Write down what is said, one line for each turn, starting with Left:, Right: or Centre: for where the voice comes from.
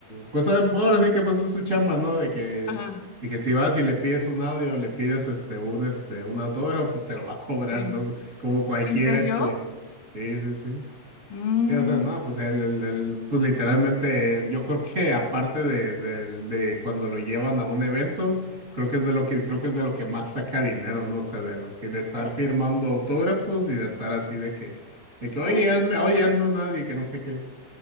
Right: pues ah, ahora sí que pues es su chamba, ¿no? De que,
Left: ajá,
Right: de que si vas y le pides un audio, le pides este, un, este, un autógrafo, pues te lo va a cobrar,
Left: sí.
Right: loco. Como cualquier,
Left: ¿En serio?
Right: este. Sí, sí, sí.
Left: Mm,
Right: O sea, no, pues el, el, el- pues literalmente, yo creo que aparte de, del- de cuando lo llevan a un evento, creo que es de lo que, creo que es de lo que más saca dinero, ¿no? O sea, de lo que, de estar firmando autógrafos y de estar así de que, de que, oye,
Left: ¿cómo que?
Right: hazme, oye, hazme un audio y que no sé qué.